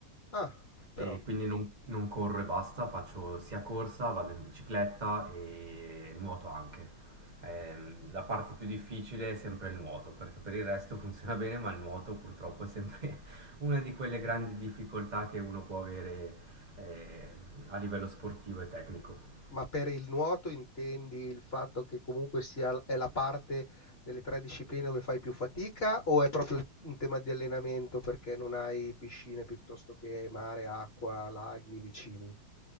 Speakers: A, on the left (about 40°); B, on the right (about 35°).
A: Ah, però.
B: E quindi non, non corro e basta, faccio sia corsa, vado in bicicletta e nuoto anche. Ehm, la parte più difficile è sempre il nuoto, perché per il resto <laughs> funziona bene, ma il nuoto purtroppo è sempre <laughs> una di quelle grandi difficoltà che uno può avere eh, a livello sportivo e tecnico.
A: Ma per il nuoto intendi il fatto che comunque sia è la parte delle 3 discipline dove fai più fatica o è proprio un tema di allenamento perché non hai piscine piuttosto che mare, acqua, laghi vicini?